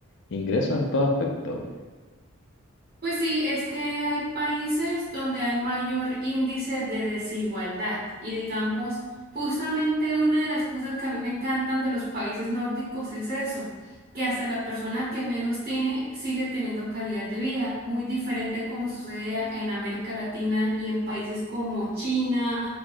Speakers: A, on the left; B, on the right.
A: ingresos en todo aspecto.
B: Pues sí, es que hay países donde hay mayor índice de desigualdad y digamos, justamente una de las cosas que a mí me encantan de los países nórdicos es eso, que hasta la persona que menos tiene sigue teniendo calidad de vida, muy diferente como sucede a- en América Latina y en países como China